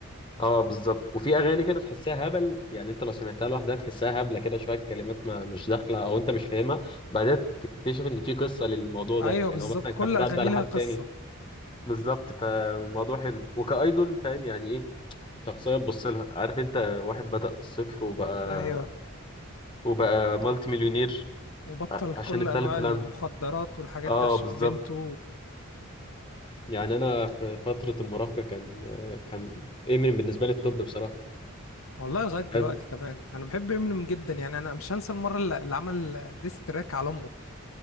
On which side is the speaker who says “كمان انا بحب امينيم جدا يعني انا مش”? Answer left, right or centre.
Left